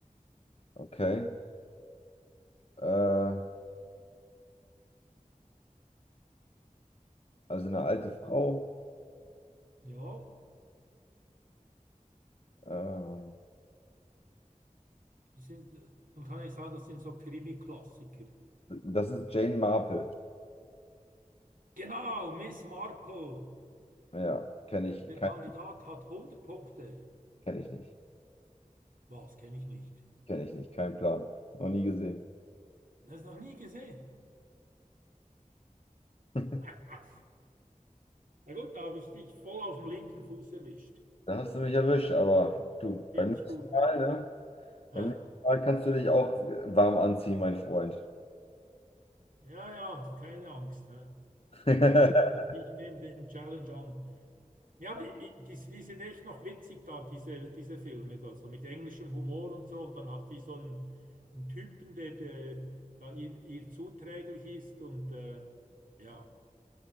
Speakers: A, on the left (about 45°); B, on the right (about 80°).
A: Okay. Äh, also eine alte Frau.
B: Ja,
A: Ähm,
B: das sind, äh, man kann ja sagen, das sind so Krimi-Klassiker.
A: das ist Jane Marple.
B: Genau, Miss Marple.
A: Ja, kenne ich,
B: Der
A: kein,
B: Kandidat hat hundert Punkte.
A: kenne ich nicht.
B: Was kenne ich nicht?
A: Kenne ich nicht, kein Plan. Noch nie gesehen.
B: Das noch nie gesehen.
A: <laughs>
B: <laughs> Na gut, da habe ich dich voll auf dem linken Fuß erwischt.
A: Da hast du mich erwischt, aber du,
B: Finde
A: beim nächsten
B: ich gut.
A: Mal, ne?
B: Hä?
A: Beim nächsten Mal kannst du dich auch warm anziehen, mein Freund.
B: Ja, ja, keine Angst. Hä?
A: <laughs>
B: Ich nehme ich nehm den Challenge an. Ja, aber i- die, die sind echt noch witzig da, diese, diese Filme da, so mit englischem Humor und so. Und dann hat die so einen, einen Typen, der, der da ihr, ihr zuträglich ist und äh, ja.